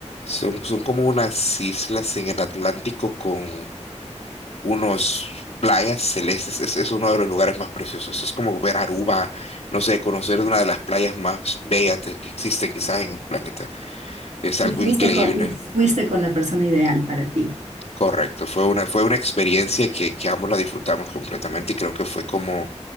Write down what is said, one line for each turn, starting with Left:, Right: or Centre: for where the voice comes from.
Left: Son, son como unas islas en el Atlántico con unos playas celestes. Es, es uno de los lugares más preciosos. Es como ver Aruba, no sé, conocer una de las playas más bellas de- que existen quizás en el planeta. Es
Right: Y
Left: algo
Right: fuiste
Left: increíble.
Right: con, y fuiste con la persona ideal para ti.
Left: Correcto, fue una, fue una experiencia que, que ambos la disfrutamos completamente y creo que fue como